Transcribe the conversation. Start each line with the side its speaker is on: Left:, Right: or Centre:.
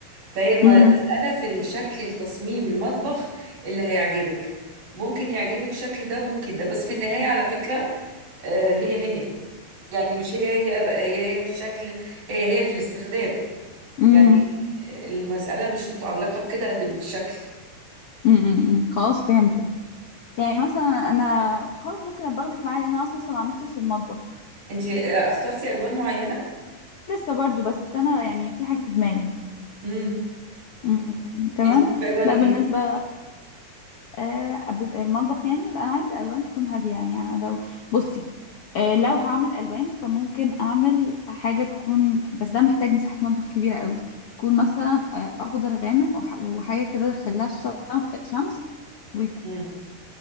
Right: فهي المسألة
Left: إمم،
Right: في الشكل التصميم المطبخ اللي هيعجبك ممكن يعجبك شكل ده ممكن ده بس في النهاية على فكرة آه، هي هي يعني مش هي هي بقى، هي هي في الشكل هي هي في الاستخدام
Left: إمم،
Right: يعني المسألة مش متعلقة بكده قد من الشكل
Left: إمم، إمم، إمم، خلاص فهمتِك. يعني مثلًا أنا خلاص ممكن أبقى آخدِك معايا لإن أنا أصلًا لسه ما عملتش في المطبخ،
Right: انت اخترتي الوان معينة
Left: لسه برضه، بس أنا يعني في حاجة في دماغي.
Right: امم
Left: إمم، تمام،
Right: انت بتحبي الوان
Left: ده
Right: ايه
Left: بالنسبة آآ أب المطبخ يعني، لأ أنا عايزة ألوان تكون هادية يعني، أنا لو بُصي آه، لو هعمل الوان فممكن اعمل حاجه تكون بس ده محتاج مساحه مطبخ كبيره قوي تكون مثلا آه، اخضر غامق وح- وحاجه كده دخلها شمس ويكون
Right: امم